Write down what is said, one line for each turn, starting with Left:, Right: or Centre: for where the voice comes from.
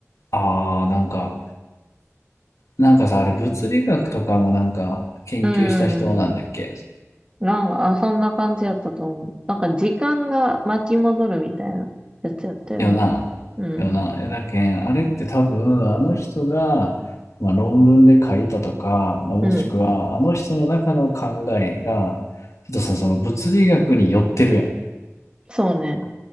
Left: う、ああ、なんか、なんかさ、あれ、物理学とかもなんか研究した人なんだっけ
Right: うん。なんか、あ、そんな感じやったと思う。なんか時間が巻き戻るみたいなやつやったよね。
Left: よな、
Right: うん。
Left: よな、よなけん、あれって多分、あの人が、まあ、論文で書いたとか、まあ、もしくは、
Right: うん。
Left: あの人の中の考えが、ちょっとさ、その物理学に寄ってるやん。
Right: そうね。